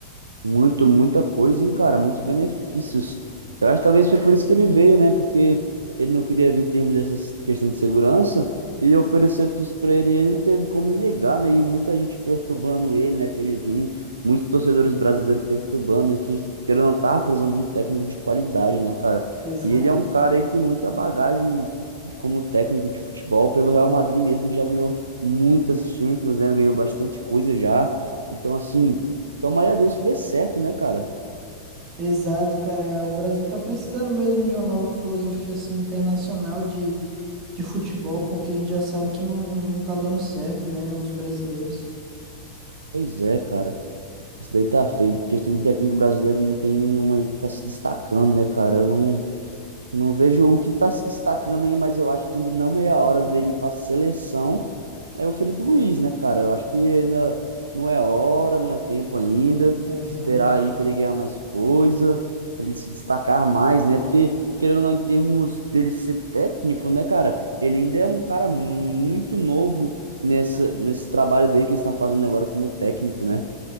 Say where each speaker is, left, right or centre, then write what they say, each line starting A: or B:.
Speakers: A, on the right; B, on the right.
A: Muito, muita coisa, hein, cara? Muitos benefícios. Eu acho que talvez foi por isso que ele veio, né? Porque ele não queria vir em termos dessa questão de segurança e ofereceram tudo isso pra ele e ele não teve como negar, né? E muita gente perturbando ele, né, pra ele vir. Muitos torcedores brasileiros perturbando, né? Porque a gente querendo ou não tá precisando de um técnico de qualidade, né, cara?
B: Exato.
A: E ele é um cara aí que tem muita bagagem como técnico de futebol. Pelo Real Madrid mesmo já ganhou muitas Champions, né? Ganhou bastante coisa já. Então, assim. Tomara a Deus que dê certo, né, cara?
B: Exato, cara. É, O Brasil tá precisando mesmo de uma nova filosofia assim, internacional de, de futebol, porque a gente já sabe que não, não tá dando certo, né? Os brasileiros.
A: Pois é, cara. Isso daí tá feio. Questão de técnico brasileiro, não tem nenhum aí que tá se destacando, né, cara? Eu não, não vejo o que tá se destacando aí, mas eu acho que ainda não é a hora dele ir pra seleção É o Felipe Luiz, né, cara? Eu acho que ainda não é hora, não é tempo ainda.
B: É,
A: Esperar
B: realmente.
A: aí para ele ganhar mais coisa, para ele se destacar mais, né? Porque, querendo ou não, em termos dele ser técnico, né, cara? Ele ainda é um cara muito novo nesse, nesse trabalho dele que ele está fazendo agora como técnico, né?